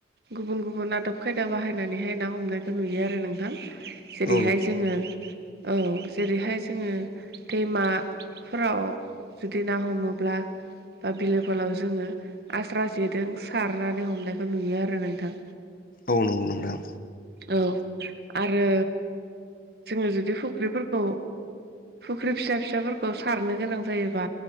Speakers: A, on the right (about 60°); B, on the left (about 50°).
A: गुबुन गुबुन आदब खायदा बाहायनानैहाय ना हमनायखौ नुयो आरो नोंथां। जेरैहाय
B: औ
A: जोङो औ जेरैहाय जोङो दैमाफोराव जुदि ना हमोब्ला बा बिलो फलाव जोङो आस्रा जेदों सारनानै हमनायखौ नुयो आरो नोंथां।
B: औ नोगौ नोंथां
A: औ आरो जोङो जुदि फुख्रिफोरखौ फुख्रि फिसा फिसाफोरखौ सारनो गोनां जायोबा